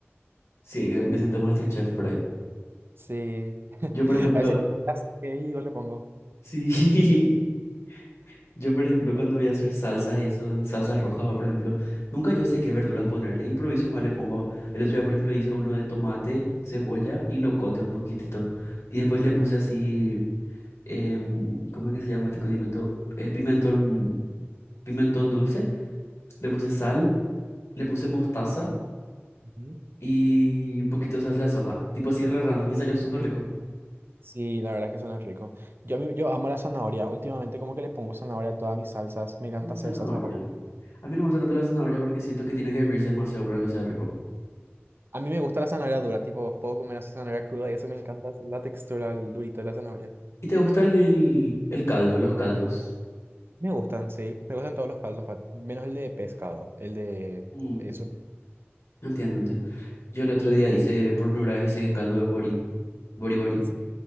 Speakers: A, on the left (about 80°); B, on the right (about 55°).
A: sí, que me siento MasterChef por ahí.
B: Sí, <laughs>
A: Yo, por ejemplo,
B: a veces así que yo le pongo.
A: sí, <laughs> yo, por ejemplo, cuando voy a hacer salsas y eso, salsas rojas, o por ejemplo, nunca yo sé qué verduras ponerle, improviso, nomás le pongo, el otro día, por ejemplo, hice uno de tomate, cebolla y locote un poquitito, y después le puse así em, ¿cómo es que se llama este condimento? Eh, pimentón, pimentón dulce, le puse sal, le puse mostaza
B: Ujú.
A: y un poquito de salsa de soja, tipo así re random y salió súper rico.
B: Sí, la verdad es que suena rico. Yo, a mí- yo amo la zanahoria, últimamente como que le pongo zanahoria a todas mis salsas, me encanta
A: Y
B: hacer
A: Zanahoria.
B: salsa roja.
A: A mí no me gusta tanto la zanahoria porque siento que tiene que hervirse demasiado para que sea rico.
B: A mí me gusta la zanahoria dura, tipo, puedo comer así zanahoria cruda y eso me encanta, es la textura, el durito de la zanahoria.
A: ¿Y te gusta el, el caldo, los caldos?
B: Me gustan, sí. Me gustan todos los caldos, pa- menos el de pescado, el de
A: Mm,
B: eso.
A: entiendo, entiendo. Yo el otro día hice, por primera vez hice caldo de borí, borí borí.
B: ¿En serio?